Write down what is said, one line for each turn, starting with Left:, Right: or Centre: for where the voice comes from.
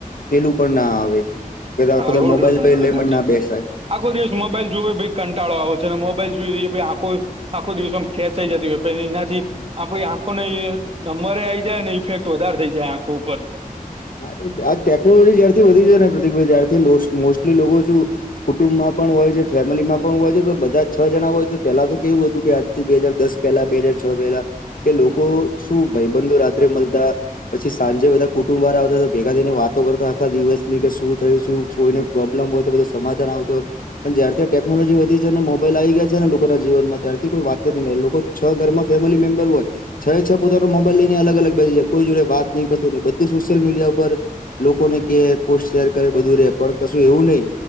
Left: પેલું પણ ના આવે એટલે આખો
Right: હા
Left: દા
Right: લોડ
Left: મોબાઈલ લેય
Right: સાચી
Left: પણ ના બેસાય
Right: આખો દિવસ મોબાઈલ જોયો ભાઈ કંટાળો આવે છે અને મોબાઈલ જોઈ એટલે આખો આખો દિવસો આમ <unintelligible> થઈ જતી હોય પહી એનાથી આપડી આંખો ને નંબરે આવી જાય ને ઇફેક્ટ વધારે થઇ જાય આંખો ઉપર.
Left: હા આ ટેકનોલોજી જ્યારથી વધી જાય ને પ્રતિકભાઈ ત્યારથી મોસ્ટલી લોકો શું કુટુંબમાં પણ હોય છે ફેમિલીમાં પણ હોય છે તો બધા છ જણા હોય તો પેલા તો કેવું હતું કે બે હાજર દસ પહેલા બે હાજર છ પહેલા કે લોકો
Right: હમ
Left: શું ભાઈબંધો રાત્રે મળતા પછી સાંજે બધા કુ કુટુંબ વારે આવતા તો ભેગા થઈને વાતો કરતા આખા દિવસ ની કે શું થયું શું કોઈને પ્રોબ્લેમ હોય તો બધું સમાધાન આવતો. પણ જ્યારથી આ ટેકનોલોજી વધી છે અને મોબાઈલ આવી ગયા છે ને લોકોના જીવનમાં ત્યારથી કોઈ વાત જ ન લોકો છ ઘરમાં ફેમિલી મેમ્બર હોય છહી છ પોતાનો મોબાઈલ લઈને અલગ અલગ બેસી જાય કોઈ જોડે વાત નઈ કશું ની સોશિયલ મીડિયા ઉપર લોકોને કે પોસ્ટ શેર કરે બધું રે પણ કશું એવું નહી.